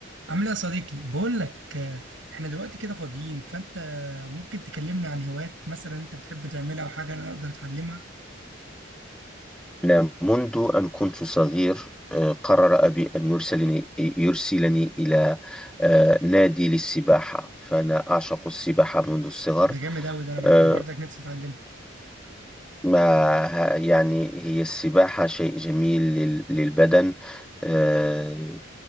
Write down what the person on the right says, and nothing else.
عامل ايه يا صديقي بقول لك آه، احنا دلوقتي كده فاضيين فانت ممكن تكلمنا عن هوايات مثلا انت بتحب تعملها او حاجه انا اقدر اتعلمها
ده جامد قوي ده انا
انا برضك نفسي اتعلمها